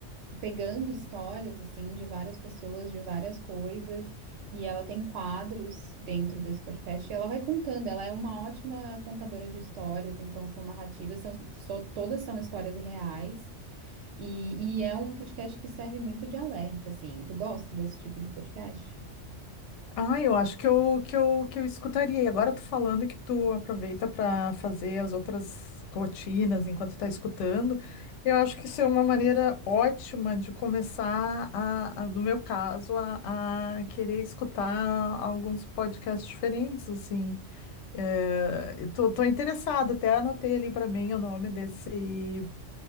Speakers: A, on the right (about 70°); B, on the left (about 75°).
A: pegando histórias, assim, de várias pessoas, de várias coisas, e ela tem quadros dentro desse podcast, e ela vai contando, ela é uma ótima contadora de histórias, então são narrativas, são, so- todas são histórias reais, E, e é um podcast que serve muito de alerta, assim. Tu gosta desse tipo de podcast?
B: Ah, eu acho que eu, que eu, que eu escutaria. E agora tu falando que tu aproveita para fazer as outras rotinas enquanto tá escutando, eu acho que isso é uma maneira ótima de começar a, a- no meu caso, a, a querer escutar alguns podcasts diferentes, assim. É, eu tô, tô interessada, até anotei ali para mim o nome desse,